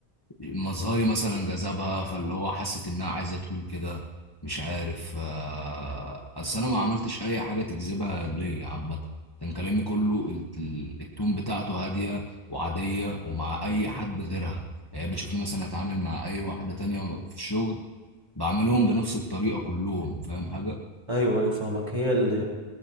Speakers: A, on the left; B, on the right.
A: مظهري مثلا جذبها فاللي هو حست انها عايزه تقول كده مش عارف آه اصل انا ما عملتش اي حاجه تجذبها ليا عامه كان كلامي كله الت- ال- التون بتاعته هاديه وعاديه ومع اي حد غيرها يعني هي بتشوفني مثلا اتعامل مع اي واحده تانية في الشغل بعملهم بنفس الطريقه كلهم فاهم حاجه
B: ايوه ايوه فاهمك هي اللي